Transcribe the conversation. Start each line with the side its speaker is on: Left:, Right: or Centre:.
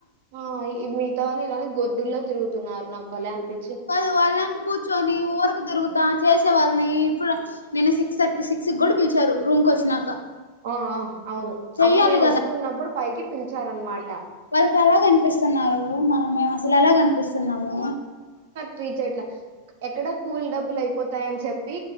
Right: ఆ మిగతా వాళ్ళు గొడ్డుల్ల తిరుగుతున్నారు నాకు భలే అనిపి
Left: కాదు వాళ్లేం కూర్చొని ఊరకి దిరుగుతా చేసే వాళ్ళని ఇప్పుడు నేను సిక్స్ థర్టీ సిక్స్కి కూడా పిలిచారు రూమ్ కు వచ్చినాక
Right: ఆ ఆ అవును
Left: చెయ్యాలి
Right: అప్పుడు నేను వస్తున్నప్పుడు పైకి పిలిచారనమాట
Left: వళ్కి ఎలా కనిపిస్తున్నారు మనం మేము అసలు ఎలా కనిపిస్తున్నాము
Right: ఫ్రీచ్యట్లా ఎక్కడ కూల్ డబ్బులు అయిపోతాయని చెప్పి